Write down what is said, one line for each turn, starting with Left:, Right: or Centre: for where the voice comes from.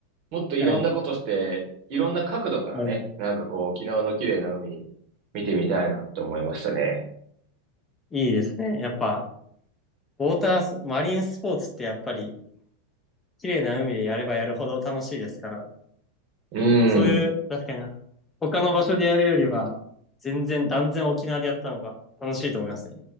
Right: もっといろんなことして、
Left: はい。
Right: いろんな角度からね、
Left: うん、
Right: なんかこう沖縄の綺麗な海見てみたいなって思いましたね。
Left: いいですね。やっぱ、ウォータース、マリンスポーツってやっぱり綺麗な海でやればやるほど楽しいですから、
Right: うん。
Left: そういう、確かにな、他の場所でやるよりは、全然、断然沖縄でやったのが楽しいと思いますね。